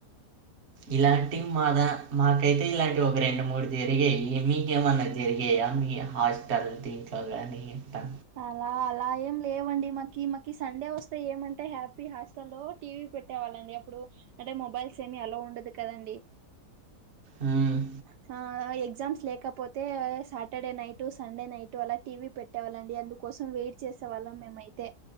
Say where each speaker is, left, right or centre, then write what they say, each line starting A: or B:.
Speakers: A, on the right; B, on the right.
A: ఇలాంటి మాదా మాకైతే ఇలాంటివి ఒక రెండు మూడు జరిగాయి మీకేమన్న జరిగాయా మీ హాస్టల్ దీంట్లోగాని ఇట్టా
B: అలా అలా ఏం లేవండి మాకి మాకి సండే వస్తే ఏమంటే హ్యాపీ హాస్ట లో టీవీ పెట్టే వాళ్ళండి అప్పుడు అంటే మొబైల్స్ ఏమి అల్లో ఉండదు కదండి.
A: ఉమ్మ్
B: హా ఎగ్జామ్స్ లేకపోతే సాటర్డే నైట్ సండే నైట్ అలా టీవీ పెట్టేవాళ్ళ అండి అందుకోసం వెయిట్ చేసేవాళ్ళం మేమైతే